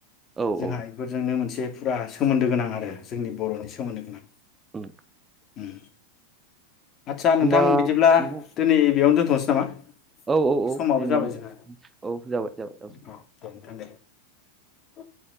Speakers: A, on the right; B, on the left.
A: औ
B: जोंहा
A: औ
B: एफोरजोंनो मोनसे फुरा सोमोन्दो गोनां आरो जोंनि बर'नि सोमोन्दो गोनां।
A: उम
B: उम आदसा
A: होमबा
B: नोंथां बिदिब्ला
A: नोंथां
B: दिनै बेयावनो दोन थस नामा?
A: औ औ औ
B: समाबो
A: दिनै
B: जाबाय जोंहा
A: औ जाबाय जाबाय।
B: औ दोनथ' दे। <inaudible>